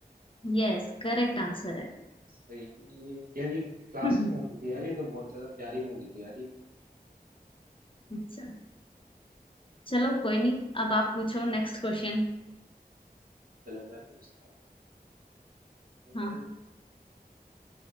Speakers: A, on the left; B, on the right.
A: यस करेक्ट आंसर है <laughs>
B: सही है ये यार ये क्लासिक
A: हम्म,
B: मूवी थी यार ये तो बहुत ज्यादा प्यारी मूवी थी यार ये
A: अच्छा चलो कोई नहीं अब आप पूछो नेक्स्ट क्वेश्चन
B: चलो मैं पूछता हूँ हम्म,
A: हाँ